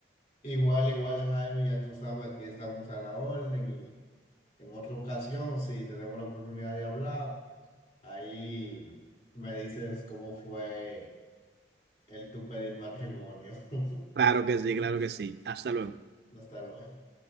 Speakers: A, on the left; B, on the right.
A: Igual, igual, Javi, ya tú sabes, aquí estamos a la orden En otra ocasión, si tenemos la oportunidad de hablar, ahí me dices cómo fue el tu pedir matrimonio. <laughs>
B: Claro que sí, claro que sí. Hasta luego.
A: Hasta luego.